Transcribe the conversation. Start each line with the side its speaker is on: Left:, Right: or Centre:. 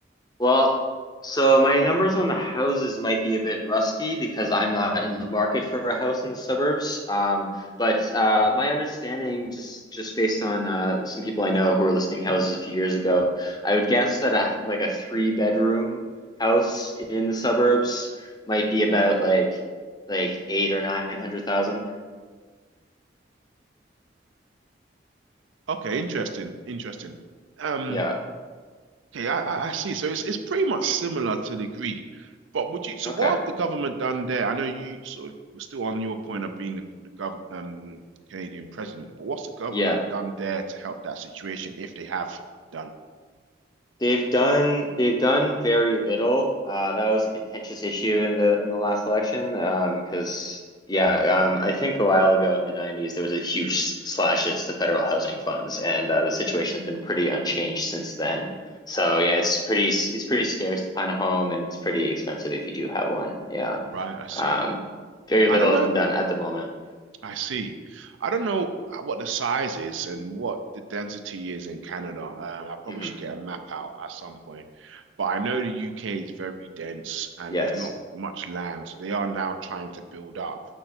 Left: Well, so my numbers on the houses might be a bit rusty because I'm not in the market for a house in the suburbs. Um, but uh, my understanding, just just based on uh, some people I know who were listing houses a few years ago, I would guess that a like a three bedroom house in the suburbs might be about like like eight or nine hundred thousand.
Right: Okay, interesting, interesting. Um,
Left: Yeah.
Right: Okay, I, I I see. So it's it's pretty much similar to the degree, but would you? So
Left: Okay.
Right: what have the government done there? I know you sort of were still on your point of being the, the gov um Canadian president, but what's the government
Left: Yeah.
Right: done there to help that situation if they have done?
Left: They've done they've done very little. Uh, that was a contentious issue in the in the last election. Um, because yeah, um, I think a while ago in the 90s there was a huge s- slashes to federal housing funds, and uh, the situation has been pretty unchanged since then. So yeah, it's pretty s- it's pretty scarce to find a home, and it's pretty expensive if you do have one. Yeah.
Right: Right, I see.
Left: Um, very
Right: I
Left: little
Right: don't know.
Left: has been done at the moment.
Right: I see. I don't know uh, what the size is and what the density is in Canada. Um, I probably
Left: hmm
Right: should get a map out at some point. But I know the UK is very dense and
Left: Yes.
Right: there's not much land. So they are now trying to build up.